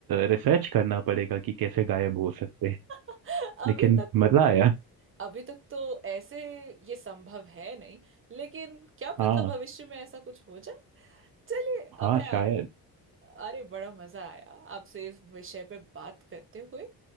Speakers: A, on the right (about 65°); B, on the right (about 35°).
A: रिसर्च करना पड़ेगा कि कैसे गायब हो सकते हैं
B: अभी
A: लेकिन
B: तक
A: मजा
B: तो
A: आया
B: अभी तक तो ऐसे ये संभव है नहीं लेकिन क्या
A: हाँ
B: पता भविष्य में ऐसा कुछ हो जाए चलिए
A: हाँ
B: अब है
A: शायद
B: अरे बड़ा मजा आया आपसे इस विषय पे बात करते हुए